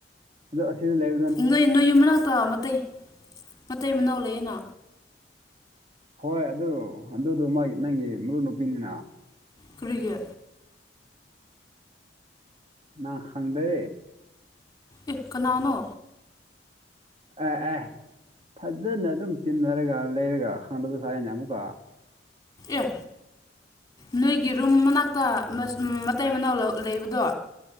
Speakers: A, on the right (about 35°); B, on the left (about 20°).
A: ꯑꯗꯣ ꯑꯁꯤꯗ ꯂꯩ
B: ꯅꯣꯏ ꯅꯣꯏ ꯌꯨꯝ ꯃꯅꯥꯛꯇ ꯃꯇꯩ ꯃꯇꯩ ꯃꯅꯥꯎ ꯂꯩꯌꯦꯅ
A: ꯍꯣꯏ ꯑꯗꯨ ꯑꯗꯨꯗꯣ ꯃꯣꯏ ꯅꯪꯒꯤ ꯃꯔꯨꯞ ꯅꯨꯄꯤꯅꯤꯅ
B: ꯀꯔꯤꯒꯤ
A: ꯅꯥ ꯈꯪꯗꯦ
B: ꯑꯦ ꯀꯅꯥꯅꯣ
A: ꯑꯦ ꯑꯦ ꯐꯖꯅ ꯑꯗꯨꯝ ꯇꯤꯟꯅꯔꯒ ꯂꯩꯔꯒ ꯈꯪꯗꯕ ꯁꯥꯏꯅꯦ ꯑꯃꯨꯛꯀ
B: ꯑꯦ ꯅꯣꯏꯒꯤ ꯔꯨꯝ ꯃꯅꯥꯛꯇ ꯃꯁ ꯎꯝ ꯃꯇꯩ ꯃꯅꯥꯎ ꯂꯧ ꯂꯩꯕꯗꯣ